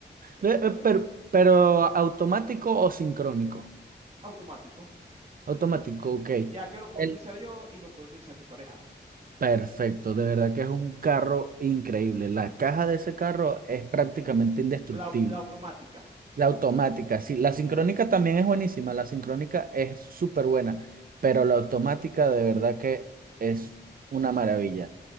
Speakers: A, on the right; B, on the right.
A: el
B: eh,
A: ¿cómo
B: eh,
A: le?
B: pero pero automático o sincrónico.
A: Automático,
B: Automático, ok.
A: ya que lo puedo
B: El
A: utilizar yo y lo puedo utilizar mi pareja.
B: perfecto, de verdad que es un carro increíble. La caja de ese carro es prácticamente indestructible.
A: La, la automática.
B: La automática, sí, la
A: Ok.
B: sincrónica también es buenísima, la sincrónica es súper buena, pero la automática de verdad que es una maravilla.